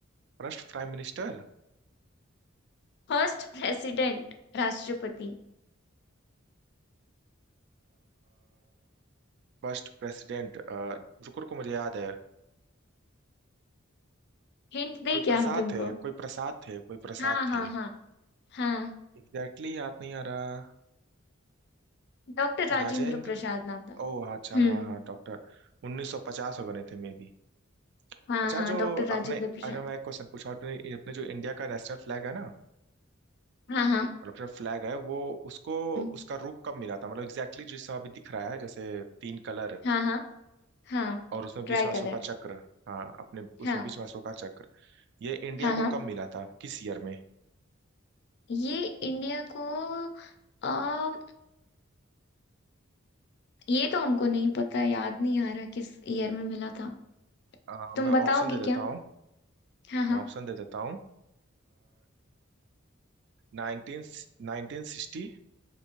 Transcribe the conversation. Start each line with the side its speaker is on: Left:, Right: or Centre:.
Right: First prime minister
Left: फर्स्ट प्रेसिडेंट राष्ट्रपति
Right: First president रुको रुको मुझे याद है
Left: हिंट दे
Right: कोई
Left: क्या
Right: प्रसाद
Left: हम तुमको
Right: थे कोई प्रसाद थे कोई प्रसाद
Left: हाँ हाँ
Right: थे
Left: हाँ हाँ
Right: एग्जैक्टली exactly याद नहीं आ रहा
Left: डॉक्टर राजेंद्र
Right: राजेंद्र
Left: प्रसाद नाम था
Right: ओ अच्छा
Left: हम्म
Right: हाँ हाँ डॉक्टर 1950 में बने थे मे बी।
Left: हाँ
Right: अच्छा
Left: हाँ
Right: जो
Left: डॉक्टर राजेंद्र
Right: आपने
Left: प्रसाद
Right: अरे मैं एक क्वेश्चन पूछा आपने अपने जो इंडिया का नेशनल फ्लैग है ना
Left: हाँ हाँ
Right: मतलब जो फ्लैग है वो उसको
Left: हम्म,
Right: उसका रूप कब मिला था मतलब एग्जैक्टली जिस समय अभी दिख रहा है जैसे तीन कलर
Left: हाँ हाँ हाँ
Right: और उसमें
Left: Try
Right: बीच में अशोका
Left: coloured
Right: चक्र हाँ अपने उसमें
Left: हाँ
Right: बीच में अशोका चक्र ये इंडिया
Left: हाँ
Right: को
Left: हाँ
Right: कब मिला था किस ईयर में
Left: ये इंडिया को आ, ये तो हमको नहीं पता याद नहीं आ रहा किस ईयर में मिला था
Right: अ,
Left: तुम
Right: मैं
Left: बताओगे
Right: ऑप्शन दे देता
Left: क्या
Right: हूँ
Left: हाँ हाँ
Right: मैं ऑप्शन दे देता हूँ नाइनटीन नाइनटीन सिक्सटी